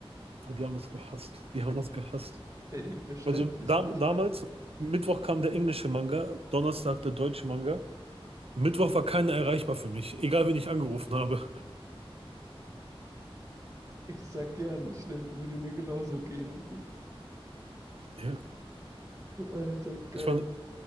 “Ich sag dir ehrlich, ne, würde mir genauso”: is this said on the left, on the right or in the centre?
Right